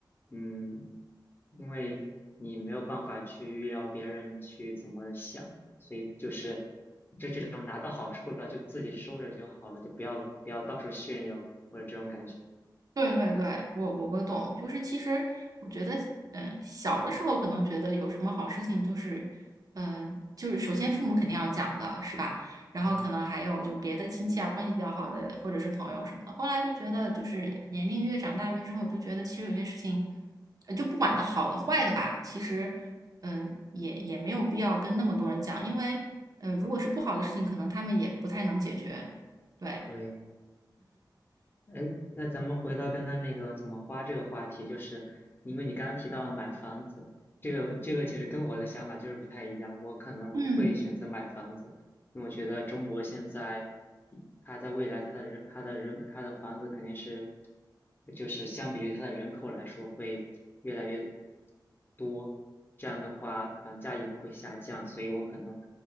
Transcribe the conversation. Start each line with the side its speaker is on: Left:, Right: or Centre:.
Left: 嗯，因为你没有办法去预料别人去怎么想，所以就是就这种拿到好处了，就自己收着就好了，就不要不要到处炫耀或者这种感觉。
Right: 对对对，我我我懂，就是其实我觉得，嗯、小的时候可能觉得有什么好事情，就是，嗯、就是首先父母肯定要讲的是吧？然后可能还有就别的亲戚啊，
Left: 嗯，
Right: 关系比较好的或者是朋友什么的。后来就觉得，就是年龄越长大越之后，就觉得其实有些事情，呃就不管它好的坏的吧，其实，嗯、也也没有必要跟那么多人讲，因为，嗯、如果是不好的事情，可能他们也不太能解决。对，
Left: 对。哎，那咱们回到刚刚那个怎么花这个话题，就是因为你刚刚提到了买房子，这个这个其实跟我的想法就是不太一样，我可能不会选择买房子，
Right: 嗯。
Left: 因为我觉得中国现在，它在未来它的人它的人它的房子肯定是，就是相比于它的人口来说会越来越多，这样的话房价以后会下降，所以我可能